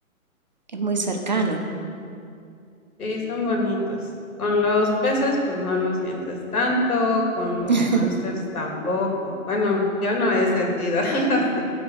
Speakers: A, on the right (about 30°); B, on the left (about 85°).
A: es muy cercano.
B: Sí, son bonitos. Con los peces, pues no los sientes tanto, con los
A: pero-
B: hamsters tampoco. Bueno, yo no he sentido <laughs> algo así,